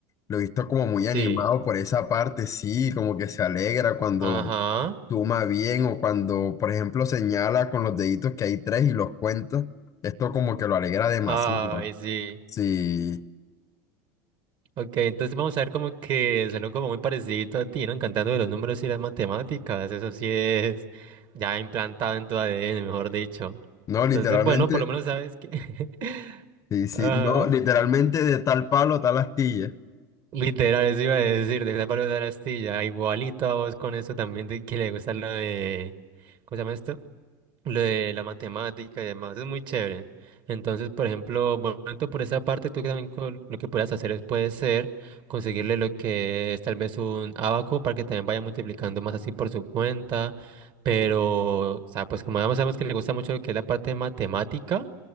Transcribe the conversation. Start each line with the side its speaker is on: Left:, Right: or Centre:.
Left: Lo he visto como muy
Right: Sí.
Left: animado por esa parte, sí, como que se alegra cuando
Right: Ajá.
Left: suma bien o cuando, por ejemplo, señala con los deditos que hay tres y los cuenta. Esto como que lo alegra demasiado.
Right: Ay, sí.
Left: Sí,
Right: Ok, entonces vamos a ver como que salió como muy parecido a ti, ¿no? Encantando de los números y las matemáticas. Eso sí es ya implantado en tu ADN, mejor dicho.
Left: no,
Right: Entonces,
Left: literalmente,
Right: bueno, por lo menos sabes que... <laughs>
Left: sí, sí,
Right: Ajá.
Left: no, literalmente de tal palo, tal astilla.
Right: Literal, eso iba a decir, de Pablo de la Astilla, igualito a vos con eso también, de que le gusta lo de, ¿cómo se llama esto? Lo de la matemática y demás, es muy chévere. Entonces, por ejemplo, bueno, tanto por esa parte, tú también con- lo que puedas hacer es, puede ser conseguirle lo que es tal vez un abaco para que también vaya multiplicando más así por su cuenta, pero, o sea, pues como ya sabemos que le gusta mucho lo que es la parte de matemática,